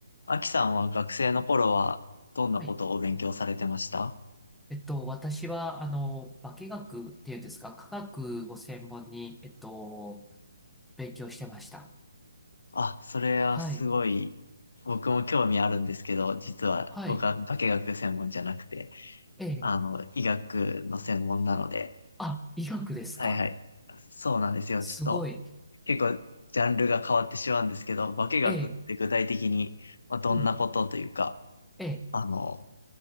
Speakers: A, on the left; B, in the centre.
A: アキさんは学生の頃はどんなことをお勉強されてました
B: はい。えっと、私は、あの、化学っていうんですか、化学を専門に、えっと、勉強してました。
A: あ、それはすごい、
B: はい。
A: 僕も興味あるんですけど、実は僕は化学専門じゃなくて、
B: はい。ええ。
A: あの、医学の専門なので、
B: あ、医学ですか
A: はいはい。そうなんですよ。
B: すごい。
A: ちょっと、結構、ジャンルが変わってしまうんですけど、化学って具体的に、
B: ええ。
A: まあ、どんなことというか、
B: うん。ええ。
A: あの、